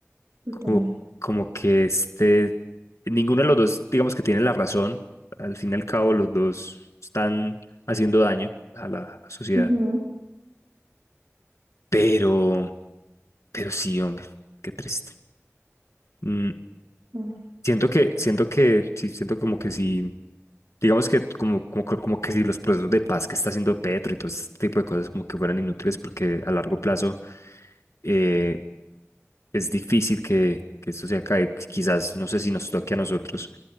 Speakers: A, on the right; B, on the left.
A: yo
B: como,
A: también.
B: como que este, ninguno de los dos, digamos que tiene la razón, al fin y al cabo los dos están haciendo daño a la, a la sociedad,
A: ujú,
B: pero, pero sí, hombre, qué triste. Mm,
A: ujú.
B: Siento que, siento que, sí, siento como que sí, digamos que como, como, que- como que si los procesos de paz que está haciendo Petro y todo este tipo de cosas como que fueran inútiles porque a largo plazo eh, es difícil que, que esto se acabe. Quizás, no sé si nos toque a nosotros